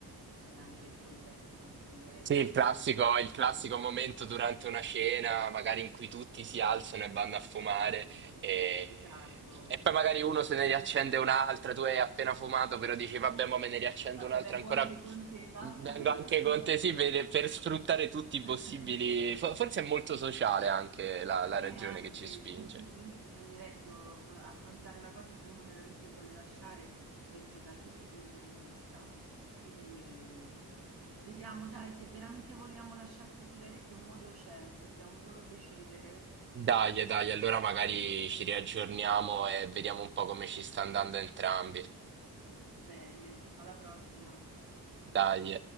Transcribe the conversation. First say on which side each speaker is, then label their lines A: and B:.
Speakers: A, on the right; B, on the right.
A: E anche il contesto con cui esci,
B: Sì, il classico,
A: le
B: il classico
A: persone.
B: momento durante una cena, magari in cui tutti si alzano e vanno a fumare e,
A: Esatto,
B: e poi magari uno
A: se
B: se ne
A: sei
B: riaccende
A: lui.
B: un'altra, tu hai appena fumato, però dici vabbè, ma me ne riaccendo
A: Vabbè
B: un'altra
A: vengo
B: ancora.
A: anche con te va,
B: Vengo
A: <laughs>
B: anche con
A: mi faccio
B: te, sì,
A: gi
B: per, per sfruttare tutti i possibili.
A: <laughs>
B: fo- Forse è molto sociale anche la, la
A: Eh
B: ragione
A: anche,
B: che ci spinge.
A: sì, sì, quindi bisogna ecco, affrontare la cosa se uno veramente vuole lasciare, penso da tutti i punti di vista. Quindi eh, vediamo dai, se veramente vogliamo lasciare 'ste sigarette un modo c'è, dobbiamo solo decidere.
B: Dai, dai, allora magari ci riaggiorniamo e vediamo un po' come ci sta andando entrambi.
A: Bene, alla prossima.
B: Dai.